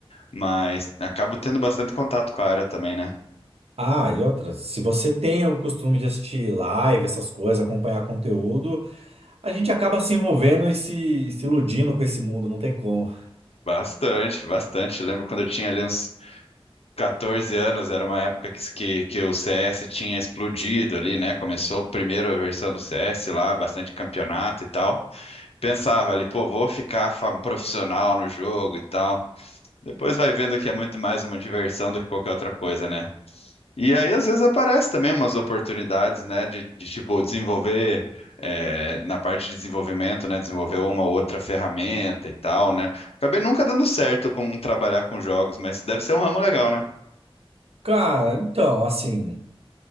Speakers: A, on the left; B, on the right.
A: mas acabo tendo bastante contato com a área também, né?
B: Ah, e outra, se você tem o costume de assistir live, essas coisas, acompanhar conteúdo, a gente acaba se envolvendo e se, se iludindo com esse mundo, não tem como.
A: Bastante, bastante. Lembro quando eu tinha ali uns 14 anos, era uma época que, que, que o CS tinha explodido ali, né? Começou a primeira versão do CS lá, bastante campeonato e tal. Pensava ali, pô, vou ficar fam- profissional no jogo e tal. Depois vai vendo que é muito mais uma diversão do que qualquer outra coisa, né? E aí, às vezes, aparece também umas oportunidades, né, de, de, tipo, desenvolver, é, na parte de desenvolvimento, né, desenvolver uma ou outra ferramenta e tal, né? Acabei nunca dando certo com trabalhar com jogos, mas deve ser um ramo legal, né?
B: Cara, então, assim,